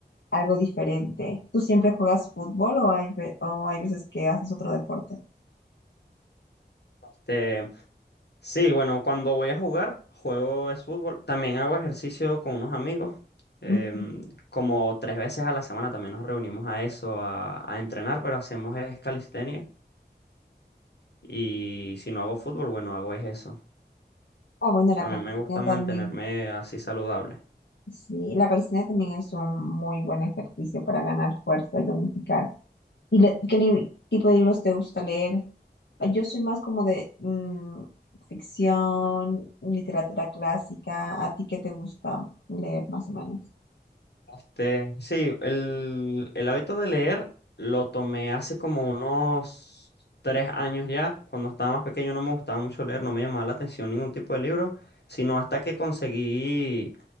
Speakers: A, on the left (about 85°); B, on the left (about 70°).
A: algo diferente. ¿Tú siempre juegas fútbol o hay, ve- o hay veces que haces otro deporte?
B: Este, sí, bueno, cuando voy a jugar, juego es fútbol. También hago ejercicio con unos amigos. em,
A: Ujú.
B: como tres veces a la semana también nos reunimos a eso, a, a entrenar, pero hacemos es calistenia. Y si no hago fútbol, bueno, hago es eso.
A: Ah, bueno, la
B: También
A: calistenia
B: me gusta mantenerme
A: también,
B: así saludable.
A: sí, la calistenia también es un muy buen ejercicio para ganar fuerza y tonificar. ¿Y le- qué lib- tipo de libros te gusta leer? Yo soy más como de mm, ficción, literatura clásica. ¿A ti qué te gusta leer más o menos?
B: Este, sí, el, el hábito de leer lo tomé hace como unos tres años ya. Cuando estaba más pequeño no me gustaba mucho leer, no me llamaba la atención ningún tipo de libro, sino hasta que conseguí